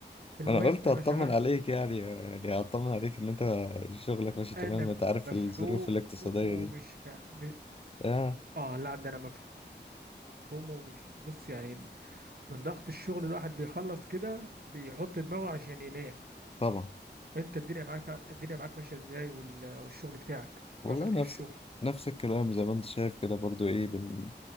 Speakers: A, on the right; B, on the left.
A: المهم
B: انا قلت
A: انا
B: اطمن
A: شغال
B: عليك يعني يعني اطمن عليك ان انت شغلك ماشي تمام
A: انا
B: انت عارف
A: مفهوم
B: الظروف الاقتصادية
A: ومش
B: دي
A: م-
B: اه
A: اه لا ده انا مفهوم ومش بص يعني من ضغط الشغل الواحد بيخلص كده بيحط دماغه عشان ينام
B: طبعا
A: انت الدنيا معاك الدنيا معاك ماشيه ازاي وال... والشغل بتاعك
B: والله
A: وعملت
B: نفس
A: ايه في الشغل
B: نفس الكلام زي ما انت شايف كده برضو ايه بن...